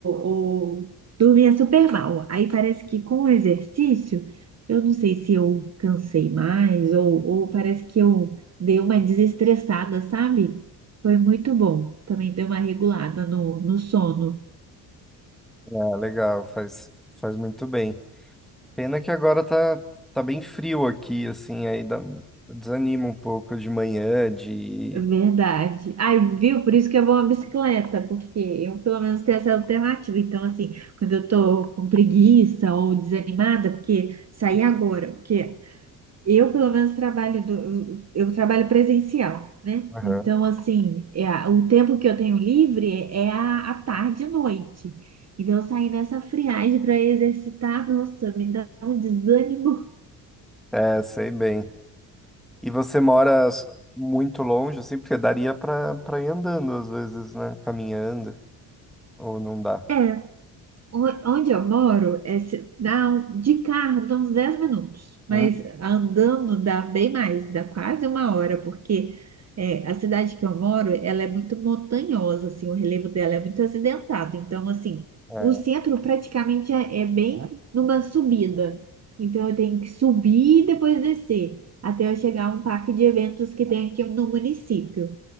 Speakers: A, on the right; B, in the centre.
A: ou dormia super mal. Aí parece que com o exercício, eu não sei se eu cansei mais ou, ou parece que eu dei uma desestressada, sabe? Foi muito bom. Também deu uma regulada no, no sono.
B: é legal, faz, faz muito bem. Pena que agora tá, tá bem frio aqui, assim, aí dá- um, desanima um pouco de manhã, de.
A: Verdade. Ai, viu? Por isso que é bom a bicicleta, porque eu pelo menos tenho essa alternativa. Então, assim, quando eu tô com preguiça ou desanimada, porque sair agora, porque Eu, pelo menos, trabalho do, eu trabalho presencial, né?
B: Aham.
A: Então, assim, é a- o tempo que eu tenho livre é a, a tarde e noite. Então, sair nessa friagem para exercitar, nossa, me dá um desânimo.
B: É, sei bem. E você mora s- muito longe, assim, porque daria pra, pra ir andando às vezes, né? Caminhando, ou não dá.
A: É, on- Onde eu moro, é, se- dá um- de carro dá uns 10 minutos, mas
B: Hum?
A: andando dá bem mais, dá quase uma hora, porque é, a cidade que eu moro, ela é muito montanhosa, assim, o relevo dela é muito acidentado. Então, assim,
B: É,
A: o centro praticamente é, é bem numa subida. Então, eu tenho que subir e depois descer, até eu chegar a um parque de eventos que tem aqui no município.